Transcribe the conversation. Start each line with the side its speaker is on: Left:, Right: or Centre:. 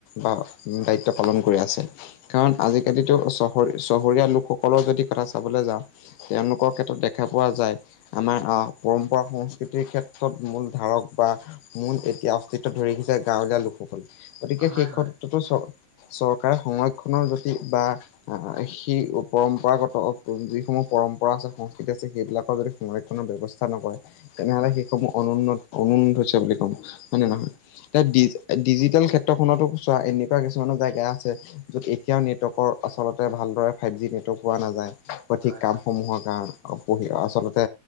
Left: বা দায়িত্ব পালন কৰি আছে। কাৰণ আজি-কালিটো চহৰী-চহৰীয়া লোকসকলৰ যদি কথা চাবলে যাওঁ তেওঁলোকৰ ক্ষেত্ৰত দেখা পোৱা যায়। আমাৰ অ পৰম্পৰা সংস্কৃতিৰ ক্ষেত্ৰত মূল ধাৰক বা মূল এতিয়া অস্তিত্ব ধৰি ৰাখিছে গাঁৱলীয়া লোকসকলে। গতিকে
Centre: হয়
Left: সেই
Centre: হয়
Left: ক্ষত্ৰতো চ চৰকাৰে সংৰক্ষণৰ জটি বা আ সেই পৰম্পৰাগত যিসমূহ পৰম্পৰা আছে, সংস্কৃতি আছে সেইবিলাক যদি সংৰক্ষণৰ ব্যৱস্থা নকৰে। তেনেহ'লে
Centre: হয়
Left: সেইসমূহ অনুন্নত অনুন্নত হৈছে বুলি ক'ব। হ'য় নে
Centre: উম
Left: নহয়?
Centre: উম
Left: এতিয়া দিছ ডিজিটেল ক্ষেত্ৰখনটো চোৱা এনেকুৱা কিছুমানো জেগা আছে যত এতিয়াও নেটৱৰ্কৰ আচলতে ভালদৰে ফাইভ জি নেটৱৰ্ক পোৱা নাযায়। সঠিক
Centre: হয়
Left: কামসমূহৰ
Centre: হয়
Left: কাৰণ অ পঢ়ি আচলতে